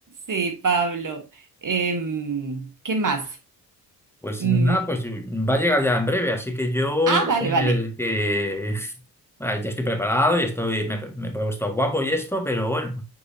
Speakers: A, on the right; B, in the centre.
A: Sí, Pablo. Em, ¿qué más?
B: Pues
A: Mm,
B: nada, pues va a llegar ya en breve, así que yo
A: ah, vale,
B: voy a
A: vale.
B: tener que... <laughs> Bueno, ya estoy preparado y estoy, me, me he puesto guapo y esto, pero bueno,